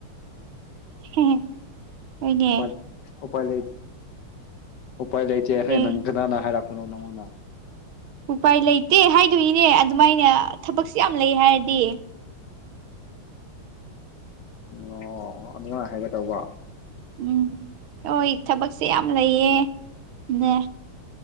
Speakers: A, on the right; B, on the left.
A: ꯍꯦꯍꯦ ꯍꯣꯏꯅꯦ
B: ꯎꯄꯥꯏ ꯎꯄꯥꯏ ꯂꯩ ꯎꯄꯥꯏ ꯂꯩꯇꯦ ꯍꯥꯢ
A: ꯑꯦ
B: ꯅꯪ ꯀꯅꯥꯅꯥ ꯍꯥꯏꯔꯛꯄꯅꯣ ꯅꯪꯉꯣꯟꯗ
A: ꯎꯄꯥꯏ ꯂꯩꯇꯦ ꯍꯥꯏꯗꯣꯛꯏꯅꯦ ꯑꯗꯨꯃꯥꯏꯅ ꯊꯕꯛꯁꯦ ꯌꯥꯝ ꯂꯩ ꯍꯥꯏꯔꯗꯤ
B: ꯑꯣ ꯑꯣ ꯑꯗꯨꯃꯥꯏ ꯍꯥꯏꯒꯦ ꯇꯧꯕ
A: ꯎꯝ ꯍꯣꯏ ꯊꯕꯛꯁꯦ ꯌꯥꯝ ꯂꯩꯌꯦ ꯅꯦ